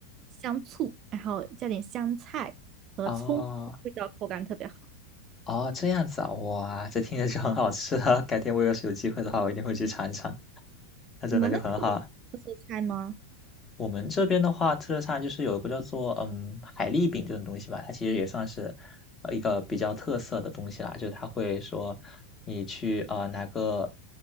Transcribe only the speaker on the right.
香醋，然后加点香菜和葱，
味道口感特别好。
你们那边有特色菜吗？